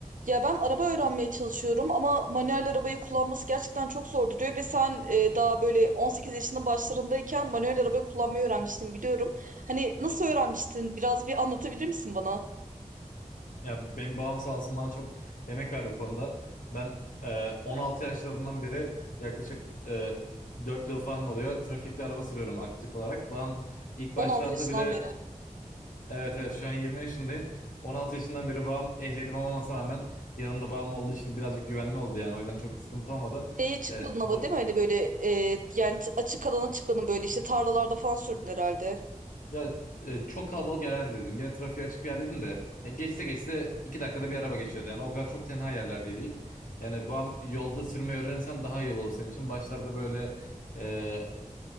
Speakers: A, on the right; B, on the left.
A: Ya ben araba öğrenmeye çalışıyorum ama manuel arabayı kullanması gerçekten çok zor duruyor ve sen e, daha böyle 18 yaşının başlarındayken manuel arabayı kullanmayı öğrenmiştin biliyorum. Hani nasıl öğrenmiştin? Biraz bir anlatabilir misin bana?
B: Ya benim babam sağ olsun bana çok emek verdi bu konuda. Ben e, 16 yaşlarından beri yaklaşık e, 4 yıl falan oluyor. Trafikte araba sürüyorum aktif olarak. Babam ilk
A: 16
B: başlarda
A: yaşından
B: bile
A: beri.
B: evet evet şu an 20 yaşındayım. 16 yaşından beri babam ehliyetim olmamasına rağmen yanımda babam olduğu için birazcık güvenli oldu yani. O yüzden çok bir sıkıntı olmadı.
A: Şeye çıkmadın
B: E,
A: ama
B: ba-
A: değil mi? Hani böyle e, yani t- açık alana çıkmadın böyle işte tarlalarda falan sürdün herhalde.
B: Ya e, çok kalabalık yerlerde değilim. Gene trafiğe açık bir yerdeydim de. e, geçse geçse iki dakikada bir araba geçiyordu. Yani o kadar çok tenha yerlerdeydik. Yani bu yolda sürmeyi öğrenirsen daha iyi olur senin için. Başlarda böyle e,